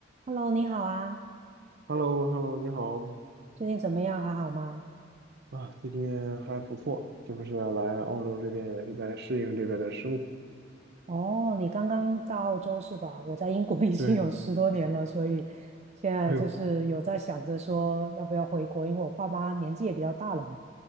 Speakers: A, on the right (about 35°); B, on the right (about 55°).
A: Hello，你好啊，
B: h e l l o h e l l o 你好
A: 最近怎么样？还好吗？
B: 啊，最近还不错，这不是来澳洲这边也是在适应这边的生活。
A: 哦，你刚刚到澳洲是吧？我在英国 <laughs> 已经有十多年了，
B: 对对，
A: 所以现在就是有在想着说要不要回国，
B: 哎呦，
A: 因为我爸妈年纪也比较大了嘛，